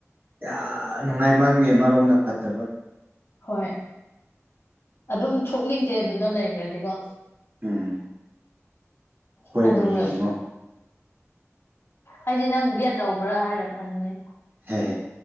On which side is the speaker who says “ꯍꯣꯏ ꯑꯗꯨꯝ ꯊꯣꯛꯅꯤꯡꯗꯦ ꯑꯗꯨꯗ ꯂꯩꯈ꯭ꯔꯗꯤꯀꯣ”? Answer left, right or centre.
Left